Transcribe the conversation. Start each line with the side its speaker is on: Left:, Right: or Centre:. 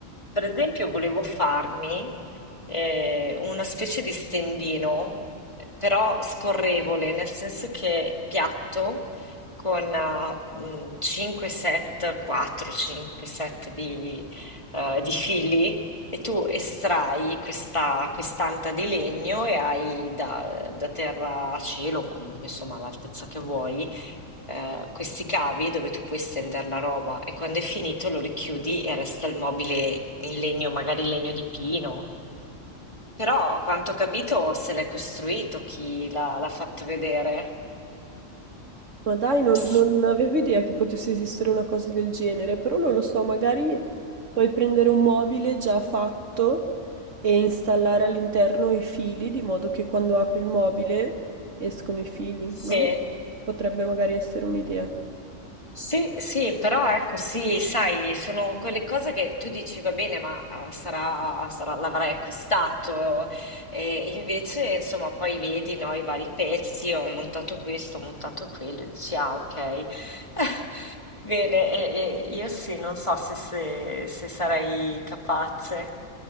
Left: Per esempio, volevo farmi eh, una specie di stendino, però scorrevole, nel senso che piatto, con ah, mh, 5 set, 4-5 set di, eh, di fili, e tu estrai questa quest'anta di legno e hai da, da terra a cielo, o comunque insomma all'altezza che vuoi, eh, questi cavi dove tu puoi stendere la roba e quando è finito lo richiudi e resta il mobile in legno, magari legno di pino però, a quanto ho capito, se l'è costruito chi l'ha l'ha fatto vedere.
Right: Ma dai, non,
Left: S-
Right: non avevo idea che potesse esistere una cosa del genere, però non lo so, magari puoi prendere un mobile già fatto e installare all'interno i fili, di modo che quando apri il mobile escono i fili.
Left: Sì,
Right: Non lo so, potrebbe magari essere un'idea.
Left: sì, sì, però ecco, sì, sai, sono quelle cose che tu dici, va bene, ma ah, sarà, sarà- l'avrai acquistato. E invece, insomma, poi vedi, no, i vari pezzi, ho montato questo, ho montato quello, e dici, ah, ok. <laughs> Bene, e- e io sì, non so se, se- se sarai capace.